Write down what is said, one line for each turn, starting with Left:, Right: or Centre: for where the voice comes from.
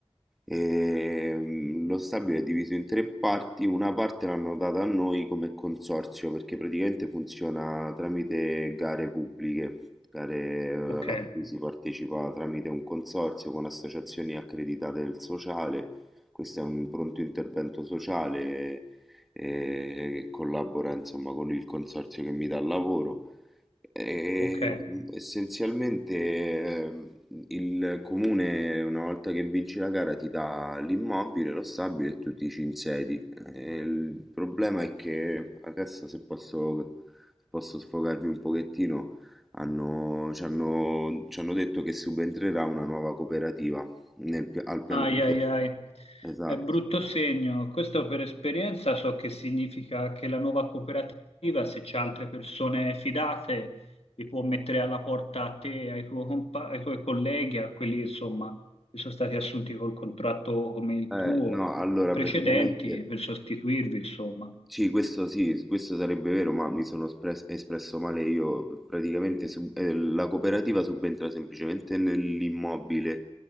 Centre: E, mm, lo stabile è diviso in tre parti, una parte l'hanno data a noi come consorzio perché praticamente funziona tramite gare pubbliche, gare eh,
Left: Ok,
Centre: a cui si partecipa tramite un consorzio con associazioni accreditate del sociale. Questo è un pronto intervento sociale e collabora insomma con il consorzio che mi dà il lavoro. E,
Left: ok.
Centre: essenzialmente ehm, il comune, una volta che vinci la gara, ti dà l'immobile, lo stabile e tu ti ci insedi. E il problema è che adesso, se posso, se posso sfogarvi un pochettino, hanno, ci hanno, ci hanno detto che subentrerà una nuova cooperativa nel pi- al piano
Left: Ai
Centre: di...
Left: ai ai,
Centre: Esatto.
Left: è brutto segno. Questo per esperienza so che significa che la nuova cooperativa, se c'è altre persone fidate, li può mettere alla porta a te, ai tuo compa- ai tuoi colleghi, a quelli insomma che sono stati assunti col contratto come il
Centre: Eh,
Left: tuo,
Centre: no, allora
Left: precedenti,
Centre: praticamente.
Left: per sostituirvi, insomma.
Centre: Sì, questo sì, questo sarebbe vero, ma mi sono espres- espresso male io. Praticamente sub- eh, la cooperativa subentra semplicemente nell'immobile